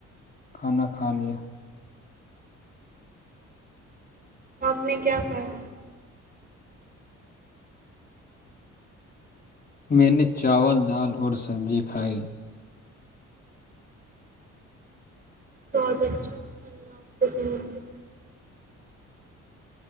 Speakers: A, on the left; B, on the right.
A: کھانا کھا لیا
B: آپ نے کیا کھایا
A: میں نے چاول دال اور سبزی کھائی
B: بہت اچھا اللہ آپ کو سمجھتے